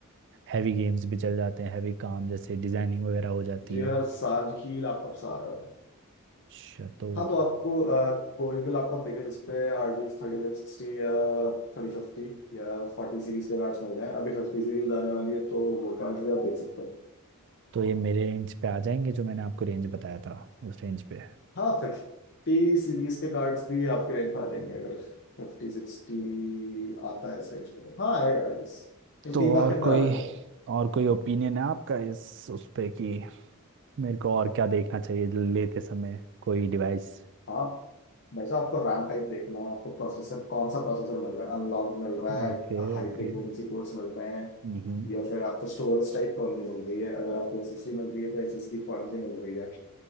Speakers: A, on the right; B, on the left.
A: हैवी गेम्स भी चल जाते हैं हैवी काम जैसे डिजाइनिंग वगैरह हो जाती
B: जी
A: है
B: हर साल ही लैपटॉप आ रहे होते हैं
A: अच्छा तो
B: हाँ तो आपको अ, कोई भी लैपटॉप देखे जिसपे आर डी थर्टी सिक्सटी या थर्टी फिफ्टी या फोर्टी सीरीज के कार्ड्स मिल जाए अभी फिफ्टी सीरीज आने वाली है तो वो कार्ड्स भी आप देख सकते हो
A: तो ये मेरे रेंज पे आ जाएंगे जो मैंने आपको रेंज बताया था उस रेंज पे
B: हाँ फिफ्टी सीरीज के कार्ड्स भी आपके रेंज पर आ जाएंगे अगर फिफ्टी सिक्सटी आता है इस रेंज पे तो हाँ आएगा आई गेस तो
A: तो
B: तीन लाख
A: और
B: के अंदर
A: कोई
B: आ जाएगा
A: और कोई ओपिनियन है आपका इस उस पे कि मेरे को और क्या देखना चाहिए लेते समय कोई डिवाइस
B: हाँ वैसे आपको रैम टाइप देखना है आपको प्रोसेसर कौन सा प्रोसेसर मिल रहा है अनलॉक मिल रहा है
A: Okay
B: हाई
A: okay
B: फ्रीक्वेंसी कोर्स मिल रहे हैं
A: हम्म
B: या फिर आपको स्टोरेज टाइप कौन सी मिल रही है अगर आपको एसएसडी मिल रही है तो एसएसडी कौन सी मिल रही है